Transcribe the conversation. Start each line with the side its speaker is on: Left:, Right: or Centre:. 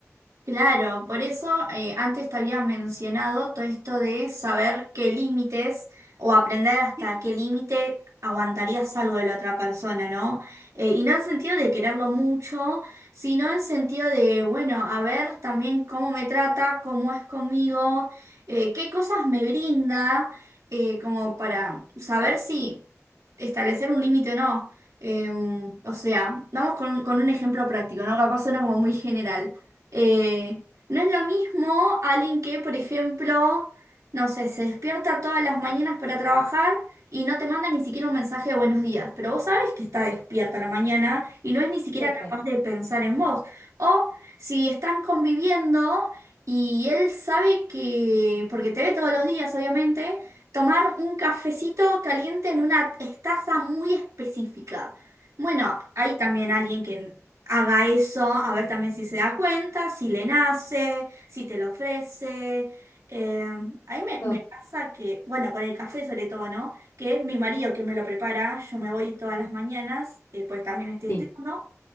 Right: Claro, por eso eh, antes te había mencionado todo esto de saber qué límites o aprender hasta qué límite aguantarías algo de la otra persona, ¿no? Eh, y no en sentido de quererlo mucho, sino en sentido de, bueno, a ver también cómo me trata, cómo es conmigo, eh, qué cosas me brinda, eh, como para saber si establecer un límite o no. Em, o sea, vamos con un, con un ejemplo práctico, ¿no? Capaz suena como muy general. Eh, no es lo mismo alguien que, por ejemplo, no sé, se despierta todas las mañanas para trabajar y no te manda ni siquiera un mensaje de buenos días, pero vos sabés que está despierta a la mañana y no es ni siquiera
Left: Total,
Right: capaz de pensar en vos. O si están conviviendo y él sabe que, porque te ve todos los días, obviamente, tomar un cafecito caliente en una taza muy específica. Bueno, hay también alguien que haga eso, a ver también si se da cuenta, si le nace, si te lo ofrece. Eh, a mí me,
Left: total,
Right: me pasa que, bueno, con el café sobre todo, ¿no? Que mi marido que me lo prepara, yo me voy todas las mañanas, eh, pues también estoy
Left: sí.
Right: estudiando,